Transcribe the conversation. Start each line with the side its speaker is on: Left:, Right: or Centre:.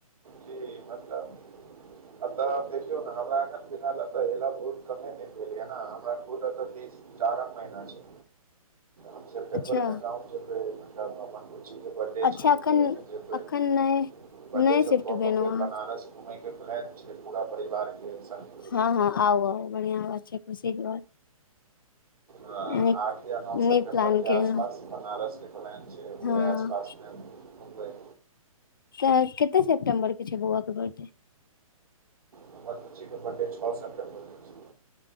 Right: जी मतलब अत आब देखियौ न हमरा अखन फिलहाल अतऽ एला बहुत कमे दिन भेलै ये न, हमरा पूरा तऽ तीस चारम महीना छै, हम सेप्टेम्बर
Left: अच्छा
Right: मे गाँव जेबै। तब मामा बुच्ची के बडे
Left: अच्छा
Right: छै,
Left: एखन
Right: तऽ ओहिमे जेबै।
Left: एखन नहि
Right: बडडे
Left: नहि
Right: सब
Left: शिफ्ट
Right: कऽ
Left: भेलहुँ
Right: कऽ फेर बनारस घूमैके प्लान छै, पूरा परिवारके संग।
Left: ह - ह आउ - आउ बढ़िआँ बात छै, खुशी के बात।
Right: ह
Left: नीक
Right: आठ या नौ सेप्टेम्बर
Left: नीक प्लान
Right: के
Left: केलहुँ
Right: आस पास बनारस के प्लान छै, ओहे
Left: हँ
Right: आस पास मे। घुमबै।
Left: तहैन कते सेप्टेम्बर के छै, बौआ के बडे?
Right: हमर बुच्ची के बडे छ सेप्टेम्बर कऽ होय छै।